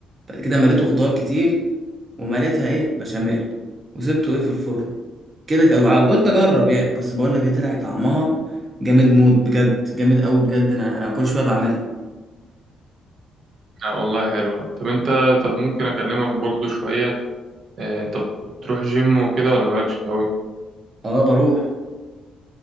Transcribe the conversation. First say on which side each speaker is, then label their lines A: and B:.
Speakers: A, on the right; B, on the right.
A: بعد كده مليته خضار كتير ومليتها ايه بشاميل وسبته ايه في الفرن كده ك- قلت اجرب يعني بس بقول لك ايه طلع طعمها جامد موت بجد جامد قوي بجد انا انا كل شويه بعملها
B: لا والله حلوة طب أنت طب ممكن أكلمك برضو شوية آه، أنت بتروح جيم وكده ولا مالكش أوي؟
A: اه بروح